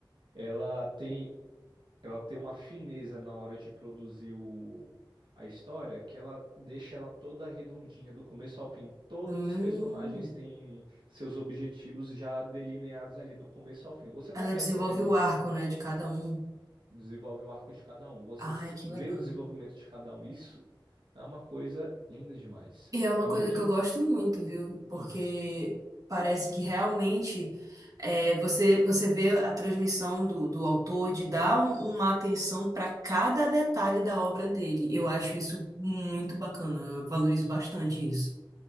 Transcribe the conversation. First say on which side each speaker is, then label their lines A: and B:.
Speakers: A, on the right; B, on the right.
A: ela tem. ela tem uma fineza na hora de produzir o, a história que ela deixa ela toda redondinha do começo ao fim. Todos
B: Hum,
A: os personagens têm seus objetivos já delineados ali do começo ao fim. Você
B: ela
A: não percebe
B: desenvolve
A: ali,
B: o arco, né, de cada um.
A: desenvolve o arco de cada um, você
B: Ai,
A: s-
B: que legal.
A: vê o desenvolvimento de cada um. Isso é uma coisa linda demais.
B: E é uma
A: É muito.
B: coisa que eu gosto muito, viu? Porque
A: hum,
B: parece que realmente é, você você vê a transmissão do, do autor de dar um- uma atenção para cada detalhe da obra dele. Eu acho isso muito bacana, eu valorizo bastante isso.